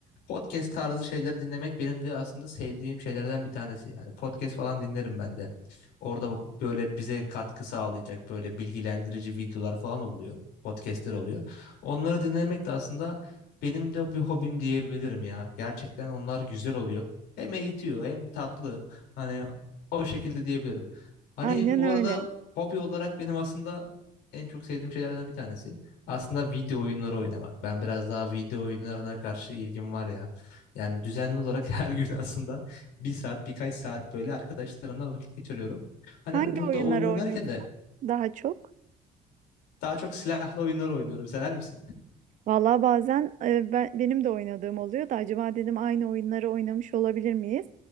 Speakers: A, on the left (about 85°); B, on the right (about 50°).
A: podcast tarzı şeyleri dinlemek benim de aslında sevdiğim şeylerden bir tanesi. Yani podcast falan dinlerim ben de. Orada böyle bize katkı sağlayacak böyle bilgilendirici videolar falan oluyor. Podcast'ler oluyor. Onları dinlemek de aslında benim de bir hobim diyebilirim ya. Gerçekten onlar güzel oluyor. Hem eğitiyor hem tatlı. Hani o şekilde diyebilirim. Hani
B: Aynen
A: bu
B: öyle.
A: arada hobi olarak benim aslında en çok sevdiğim şeylerden bir tanesi. Aslında video oyunları oynamak. Ben biraz daha video oyunlarına karşı ilgim var ya. Yani düzenli olarak <laughs> her gün aslında bir saat birkaç saat böyle arkadaşlarımla vakit geçiriyorum. Hani
B: Hangi
A: burada
B: oyunları
A: oyun oynarken
B: oynuyorsun
A: de
B: daha çok?
A: daha çok silahlı oyunlar oynuyorum. Sever misin?
B: Valla bazen e, ben, benim de oynadığım oluyor da acaba dedim aynı oyunları oynamış olabilir miyiz?